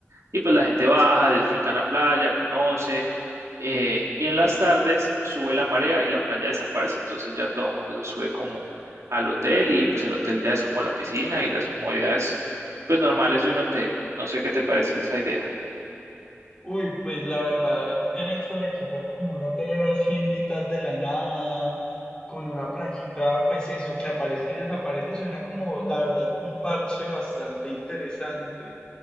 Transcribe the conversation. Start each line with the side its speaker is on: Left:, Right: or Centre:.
Right: Y pues la gente baja, disfruta en la playa, conoce. eh, y en las tardes sube la marea y la playa desaparece, entonces ya todo el mundo se sube como al hotel y pues el hotel ya es como la piscina y las comodidades pues normales de un hotel. No sé qué te parece esa idea.
Left: Uy, pues la verdad, el hecho de que sea como un hotel así en mitad de la nada, con una playita, pues eso, que aparece y desaparece, suena como, la verdad, un parche bastante interesante.